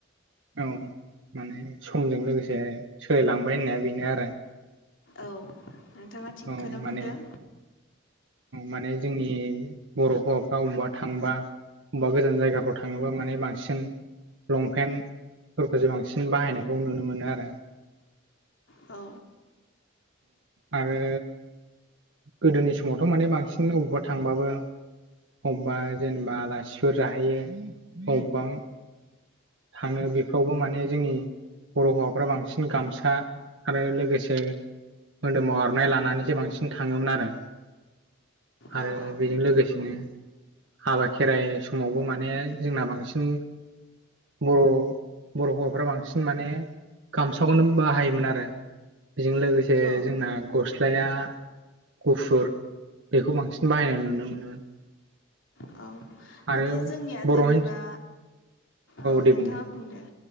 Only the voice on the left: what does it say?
औ नोंथाङा थिगखौनो
बुंदों।
औ
औ
औ
नोंथां
औ
औ
माने जोंनिया
जेनेबा
औ
नोंथाङा
बुंदों